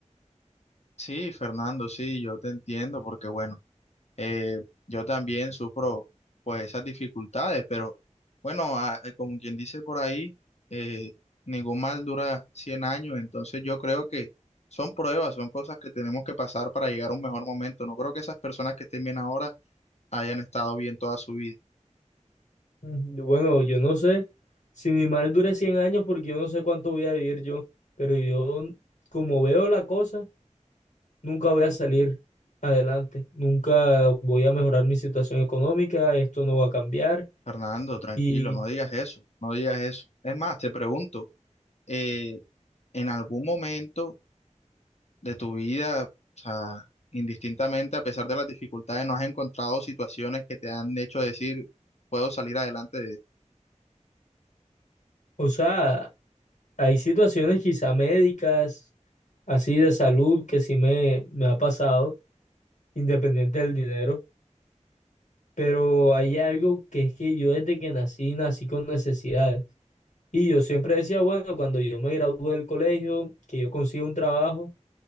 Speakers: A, on the left (about 60°); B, on the left (about 75°).
A: Sí, Fernando, sí, yo te entiendo, porque bueno. eh, yo también sufro pues esas dificultades, pero bueno, a- como quien dice por ahí, eh, ningún mal dura cien años, entonces yo creo que son pruebas, son cosas que tenemos que pasar para llegar a un mejor momento. No creo que esas personas que estén bien ahora hayan estado bien toda su vida.
B: Ujú. Bueno, yo no sé si mi mal dure 100 años porque yo no sé cuánto voy a vivir yo, pero yo, como veo la cosa, nunca voy a salir adelante, nunca voy a mejorar mi situación económica, esto no va a cambiar
A: Fernando, tranquilo,
B: y,
A: no digas eso, no digas eso. Es más, te pregunto, eh, ¿en algún momento... de tu vida, o sea, indistintamente, a pesar de las dificultades, no has encontrado situaciones que te han hecho decir, puedo salir adelante de esto.
B: o sea, hay situaciones quizá médicas así de salud que sí me, me ha pasado, independiente del dinero, pero hay algo que es que yo desde que nací, nací con necesidades. Y yo siempre decía, bueno, cuando yo me gradúe del colegio, que yo consiga un trabajo,